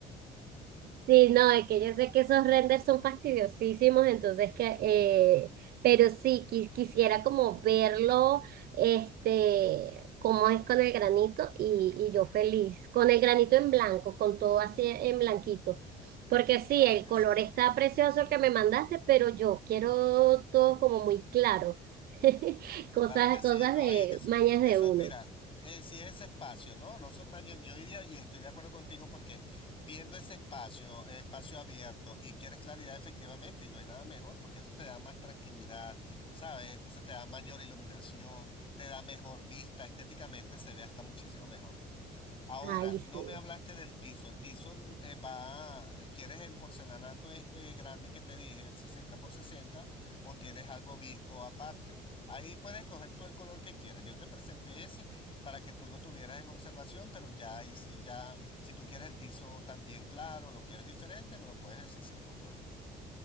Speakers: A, on the right; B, on the left.
A: Sí, no, es que yo sé que esos renders son fastidiosísimos, entonces que, eh, pero sí, qui- quisiera como verlo, este, cómo es con el granito y, y yo feliz, con el granito en blanco, con todo así en blanquito, porque sí,
B: Claro
A: el
B: que
A: color
B: sí.
A: está precioso que me mandaste, pero yo quiero todo como muy claro, <laughs> cosas,
B: Claro que sí,
A: cosas
B: ¿no?
A: de
B: Y es que eso,
A: mañas de
B: eso
A: uno.
B: mira, eh, si es ese espacio, ¿no? No son mañana, yo iría y estoy de acuerdo contigo porque viendo ese espacio, eh, espacio abierto y quieres claridad efectivamente y no hay nada mejor porque eso te da más tranquilidad, ¿sabes? Entonces te da mayor iluminación, te da mejor vista, estéticamente se ve hasta muchísimo mejor. Ahora,
A: Ay, sí.
B: no me hablaste del piso. El piso mm, eh, va, ¿quieres el porcelanato este grande que te dije, el 60 por 60? o tienes algo visto aparte? Ahí puedes coger tú el color que quieras. Yo te presenté ese para que tú lo tuvieras en observación, pero ya ahí sí ya, si tú quieres el piso también claro, lo quieres diferente, me lo puedes decir sin ningún problema.